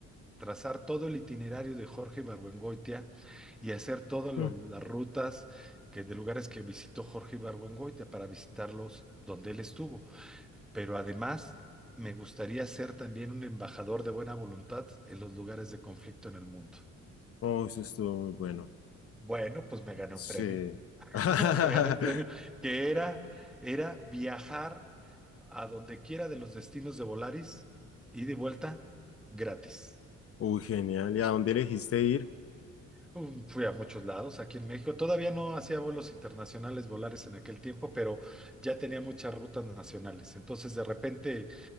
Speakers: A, in the centre; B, on the left (about 50°).
A: trazar todo el itinerario de Jorge Ibargüengoitia y hacer todas lo-
B: Mm.
A: las rutas que, de lugares que visitó Jorge Ibargüengoitia para visitarlos donde él estuvo. Pero además, me gustaría ser también un embajador de buena voluntad en los lugares de conflicto en el mundo.
B: Oh, eso estuvo muy bueno.
A: Bueno, pues me gané
B: Sí.
A: un premio. <laughs>
B: <laughs>
A: Me gané un premio que era, era viajar a donde quiera de los destinos de Volaris y de vuelta gratis.
B: Uy, genial. ¿Y a dónde elegiste ir?
A: Um, Fui a muchos lados aquí en México. Todavía no hacía vuelos internacionales Volaris en aquel tiempo, pero ya tenía muchas rutas nacionales. Entonces, de repente,